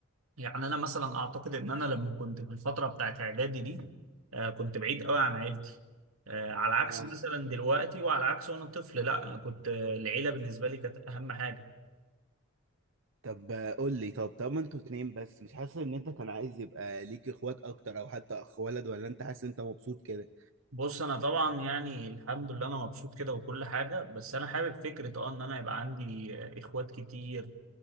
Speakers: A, on the right; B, on the right.
A: يعني أنا مثلا أعتقد إن أنا لما كنت في الفترة بتاعت إعدادي دي آه، كنت بعيد قوي عن عيلتي آه، على عكس
B: اه
A: مثلا دلوقتي وعلى عكس وأنا طفل لأ أنا كنت آه، العيلة بالنسبة لي كانت أهم حاجة
B: طب آه، قول لي طب طب ما انتوا اتنين بس مش حاسس ان انت كان عايز يبقى ليك اخوات اكتر او حتى اخ ولد ولا انت حاسس ان انت مبسوط كده
A: بص انا طبعا يعني الحمد لله انا مبسوط كده وكل حاجه بس انا حابب فكره اه ان انا يبقى عندي آه، اخوات كتير